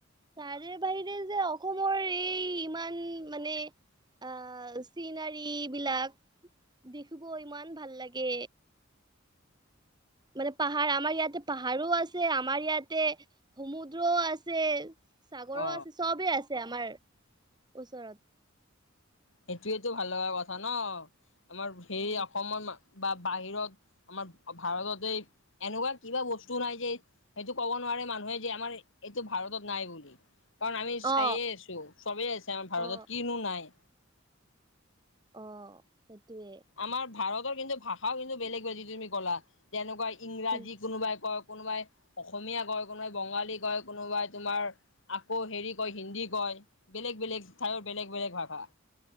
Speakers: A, on the right; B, on the left.
A: তাৰে বাহিৰে যে অসমৰ এই ইমান মানে আ চিনাৰী বিলাক দেখিব ইমান ভাল লাগে। মানে পাহাৰ আমাৰ ইয়াতে পাহাৰো আছে আমাৰ ইয়াতে সমুদ্ৰও আছে। সাগৰো
B: অ
A: আছে চবেই আছে আমাৰ ওচৰত।
B: সেইটোয়েটো ভাল লগা কথা ন' আমাৰ সেই
A: অ
B: অসমত বা বাহিৰত আমাৰ ভাৰততেই এনেকুৱা কিবা বস্তু নাই যে সেইটো ক'ব নোৱাৰে মানুহে যে আমাৰ এইটো ভাৰতত নাই বুলি। কাৰণ আমি
A: অ
B: চায়ে আছোঁ, চবেই আছে আমাৰ ভাৰতত
A: অ
B: কিনো নাই?
A: অঁ সেইটোৱে।
B: আমাৰ ভাৰতৰ কিন্তু ভাষাও কিন্তু বেলেগ বেলেগ যিটো তুমি ক'লা যেনেকুৱা ইংৰাজী
A: উম
B: কোনোবাই কয় কোনোবাই অসমীয়া কয়, কোনোবাই বঙালী কয়, কোনোবাই তোমাৰ আকৌ হেৰি কয় হিন্দী কয়। বেলেগ বেলেগ ঠাইয়ৰ বেলেগ বেলেগ ভাষা।